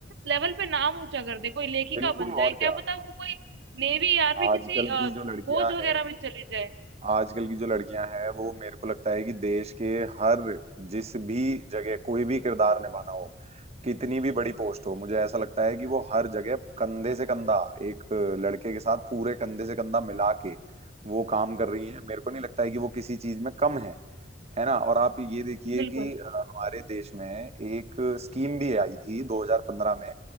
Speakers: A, on the right (about 65°); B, on the right (about 35°).
A: लेवल पे नाम ऊंचा कर दे कोई लेखिका
B: बिल्कुल
A: बन जाए
B: और
A: क्या
B: क्या
A: पता वो कोई नेवी आर्मी
B: आजकल
A: किसी अ,
B: की जो लड़कियां
A: फौज वगैरह
B: हैं
A: में चली जाए
B: आजकल की जो लड़कियां हैं वो मेरे को लगता है कि देश के हर जिस भी जगह कोई भी किरदार निभाना हो कितनी भी बड़ी पोस्ट हो मुझे ऐसा लगता है कि वो हर जगह कंधे से कंधा एक लड़के के साथ पूरे कंधे से कंधा मिला के वो काम कर रही है मेरे को नहीं लगता है कि वो किसी चीज में कम है है ना और आप ये देखिए
A: बिल्कुल
B: कि अ, हमारे देश में एक स्कीम भी आई थी 2015 में